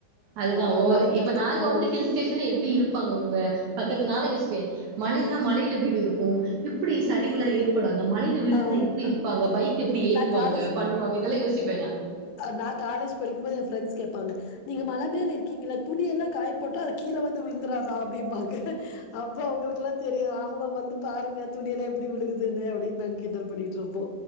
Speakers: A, on the right; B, on the left.
A: அதுதா
B: ஒரு
A: ஓ
B: நாள் இந்த
A: இப்ப
B: இடத்துக்கு
A: நாங்க
B: போணும்.
A: வந்து ஹில்ஸ் ஸ்டே ஷன் எப்டி இருப்பாங்க அவுங்க பக்கத்துல நாலா யோசிப்பே மலைனா மலைல வீடுருக்கு எப்பிடி சரிவுலா ஏற் படாத மலைல வீடு
B: ஆ
A: இர்ந்தா எப்பிடி இருப்பாங்க பைக் எப்பிடி ஏத்துவாங்க
B: நான் காலேஜ்
A: பண்ணுவாங்க இதெல்லா யோசிப்பே நா
B: அ நா காலேஜ் படிக்கும்போது எ ஃப்ரெண்ட்ஸ் கேப்பாங்க நீங்க மல மேல இருக்கீங்கல்ல துணி எல்லா காய போட்டா அது கீழ வந்து விழுந்துறா தா அப்டிம்பாங்க அப்போ அவுங்களுக்கெல்லா தெரியாத் அவுங்க வந்து பாருங்க துணியெல்லா எப்பிடி விழுகுதுனு அப்டின் நாங் கிண்டல் பண்ணிகிட்ருப்போ